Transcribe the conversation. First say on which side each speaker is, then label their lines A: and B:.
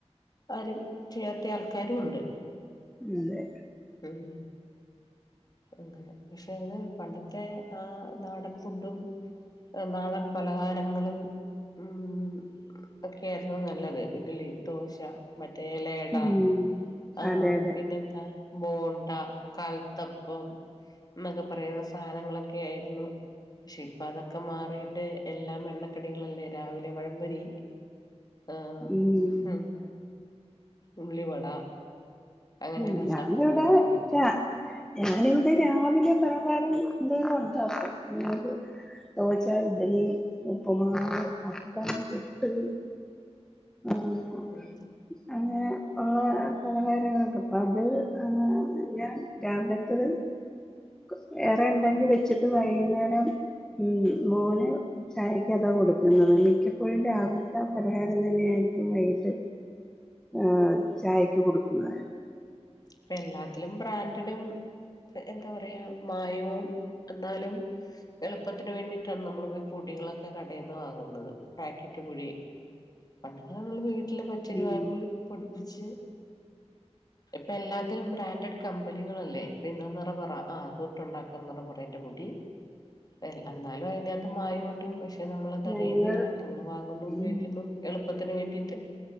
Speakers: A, on the left; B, in the centre.
A: ആരും ചെയ്യാത്ത ആൾക്കാരും ഉണ്ട്.
B: അതെ
A: ഉം അങ്ങനെ പക്ഷെ അത് പണ്ടത്തെ ആ നാടൻ ഫുഡും. നാടൻ പലഹാരങ്ങളും. ഉം ഒക്കെ ആയിരുന്നു നല്ലത്. ഇഡ്ലി, ദോശ. മറ്റേ ഇലയിട
B: ഉം
A: ആഹ
B: അതെ അതെ
A: പിന്നെന്താ ബോണ്ട, കൽത്തപ്പം എന്നൊക്കെ പറയുന്ന സാധനങ്ങളൊക്കെ ആയിരുന്നു. പക്ഷെ ഇപ്പം അതൊക്കെ മാറിയിട്ട് എല്ലാം എണ്ണക്കടികളല്ലേ രാവിലെ പഴം പൊരി. ആഹ്
B: ഉം
A: ഹും. ഉള്ളിവട, അങ്ങനെയുള്ള
B: ഉം ഞാനിവടെ
A: സാധനങ്ങളൊക്കെ ആയി
B: ചാ ഞാനിവിടെ രാവിലെ പലഹാരം എന്തെങ്കിലും ഉണ്ടാക്കും. <unintelligible> ദോച്ചാ, ഇഡലി, ഉപ്പുമാവ്, അപ്പം, പുട്ട്. ആഹ്
A: ഉം
B: അങ്ങനെ ഉള്ള പലഹാരങ്ങളൊക്കെ ഇപ്പ അത് ആഹ് ഞാൻ രാവിലത്തത് ക് ഏറെ ഇണ്ടെങ്കി വെച്ചിട്ട് വൈകുന്നേരം. ഉം മോന് ചായക്ക് അതാ കൊടുക്കുന്നത്. മിക്കപ്പോഴും രാവിലത്താ പലഹാരം അപ്പം തന്നെ ആയിരിക്കും വൈകിട്ട് ആ
A: ഉം
B: ചായക്ക് കൊടുക്കുന്നത്.
A: ഇപ്പ എല്ലാത്തിലും ബ്രാൻ ട്ട്ടും എന്താ പറയാ മായവും എന്നാലും. എളുപ്പത്തിന് വേണ്ടിയിട്ടാണ് നമ്മളിപ്പൊ പൊടികളൊക്കെ കടേന്ന് വാങ്ങുന്നത്, പാക്കറ്റ് പൊടി. പണ്ടൊക്കെ നമ്മള് വീട്ടില് പച്ചരി
B: ഉം
A: വാങ്ങി പൊടിപ്പിച്ച്, ഇപ്പൊ എല്ലാത്തിനും ബ്രാൻഡഡ് കമ്പനികളല്ലേ, ഇപ്പെയെന്താ നിറ പറ ആഹ് പുട്ട്ണ്ടാക്കാൻ നിറപറ ൻ്റെ പൊടി. എൽ എന്നാലും അയിന്റെകത്ത് മായവുണ്ട്. പക്ഷെ നമ്മളതറിയുന്നില്ല.
B: ഞങ്ങൾ
A: നമ്മൾ വാങ്ങുന്നു, ഉപയോഗിക്കുന്നു,
B: ഉം
A: എളുപ്പത്തിന് വേണ്ടിയിട്ട്.